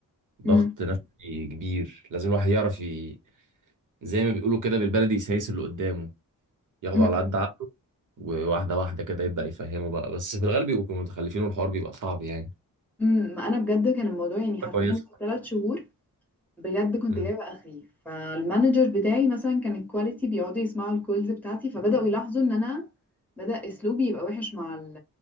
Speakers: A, in the centre; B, on the right.
A: مم.
B: ضغط نفسي كبير لازم الواحد يعرف ي... زي ما بيقولوا كده بالبلدي يسيس اللي قدامه ياخده
A: مم.
B: على قد عقله وواحدة واحدة كده يبدأ يفهمه بقى بس في الغالب بيبقوا متخلفين والحوار بيبقى صعب يعني
A: مم. ما انا بجد كان الموضوع يعني حرفيا
B: كويس
A: في ثلاث شهور بجد كنت
B: مم.
A: جايبه اخري فالمانجر بتاعي مثلا كان الكواليتي بيقعدوا يسمعوا الكولز بتاعتي فبداوا يلاحظوا ان انا بدأ اسلوبي يبقى وحش مع ال